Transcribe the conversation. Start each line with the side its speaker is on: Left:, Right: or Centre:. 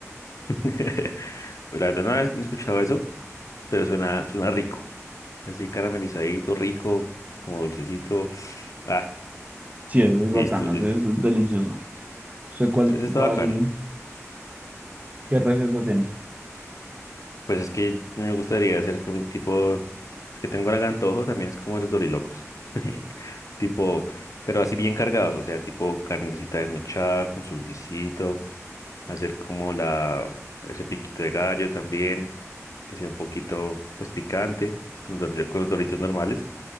Left: <laughs> La verdad no he escuchado eso. pero suena, suena rico. Así caramelizadito, rico, como dulcecito. Ah,
Right: Sí, eso es
Left: listo,
Right: bacano,
Left: listo.
Right: eso es delicioso. ¿Usted cuál,
Left: Ese está
Right: cuál,
Left: acá.
Right: qué receta tiene?
Left: Pues es que no me gustaría hacer como un tipo, que tengo el antojo, también es como los dorilocos. <laughs> Tipo, pero así bien cargados, o sea, tipo carnecita desmechada con su guisito, hacer como la, ese piquito de gallo también, que sea un poquito, pues picante, con los doritos, con los doritos normales,